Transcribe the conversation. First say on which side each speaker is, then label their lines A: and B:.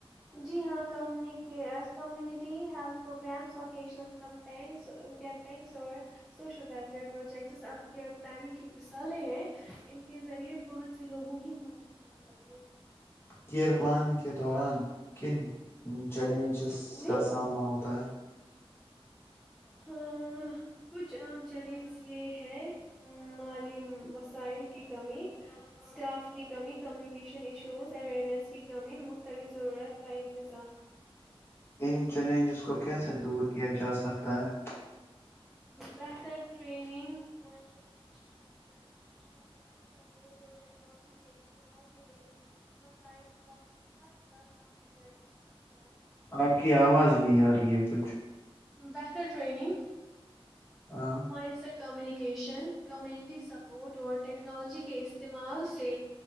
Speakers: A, in the centre; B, on the left.
A: جی ہاں ک کمیونٹی ہیلھ پروگرامس وکیشنلمپینس کیمپینگس اور سوشل ویلفیئر پروجیکٹس اب کیئر پلاننگ کی مثالیں ہیں ان کے ذریعے بہت سے لوگوں کی مدد کی جاتی ہے
B: کیئر پلانگ کیا دوران کن چیلنجز
A: ہے جی
B: کا سامنا ہوتا ہے
A: ہاں کچھ عام چیلنج یہ ہے مالی وسائل کی کمی اسٹاف کی کمی کمیونیکیشن ایشوز اوئرنیس کی کمی مختلف ضرورت کا انتظام
B: ان چیلنجز کو کیسے دور کیا جاسکتا ہے
A: بہتر ٹریننگ میسر کونیکیشن کمیون سپوٹ اور ٹیکنالوجی کے استعمال سے ان مسائل کو کافی حد تک کم کیا جا سکتا ہے
B: آپ کی آواز نہیں آ رہی ہے کچھ
A: بہتر ٹریننگ
B: ہاں
A: مش <inaudible> کمیونیکیشن کمیونٹی سپورٹ اور ٹیکنالوجی کے استعمال سے